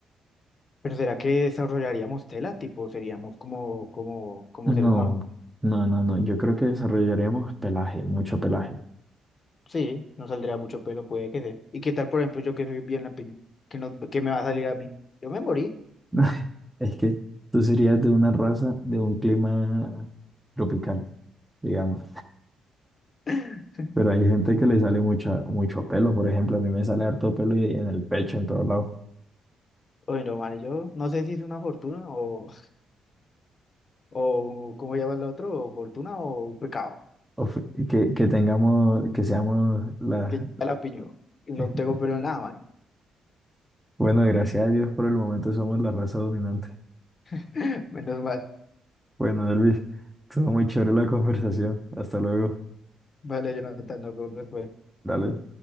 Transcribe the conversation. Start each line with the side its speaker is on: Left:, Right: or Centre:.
Left: Pero ¿será que desarrollaríamos tela? Tipo, seríamos como, como, como
Centre: No,
Left: seres humanos.
Centre: no, no, no. Yo creo que desarrollaríamos pelaje, mucho pelaje.
Left: Sí, no saldría mucho pelo, puede que sea. ¿Y qué tal, por ejemplo, yo que soy bien lampiño? ¿Qué, no, qué me va a salir a mí? Yo me morí.
Centre: <laughs> Es que tú serías de una raza, de un clima tropical, digamos.
Left: <laughs>
Centre: Pero hay gente que le sale mucha, mucho pelo, por ejemplo, a mí me sale harto pelo y- en el pecho, en todos lados.
Left: Bueno, man, yo no sé si es una fortuna o, o ¿cómo llama el otro? O fortuna o un pecado.
Centre: O que, que tengamos, que seamos la...
Left: Que ya lampiño. No
Centre: <laughs>
Left: tengo pelo en nada, man.
Centre: Bueno, gracias a Dios por el momento somos la raza dominante.
Left: <laughs> Menos mal.
Centre: Bueno, Elvis, estuvo muy chévere la <laughs> conversación. Hasta luego.
Left: Vale, yo no tanto,
Centre: Dale.